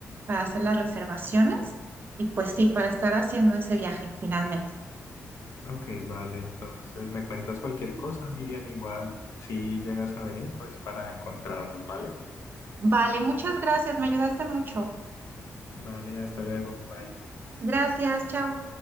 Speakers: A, on the right; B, on the left.
A: para hacer las reservaciones y pues sí, para estar haciendo ese viaje finalmente.
B: ok, vale, entonces me cuentas cualquier cosa, Miriam, igual si llegas a venir, pues para encontrarnos, ¿vale?
A: Vale, muchas gracias. Me ayudaste mucho.
B: Vale, hasta luego, bye.
A: Gracias. Chao.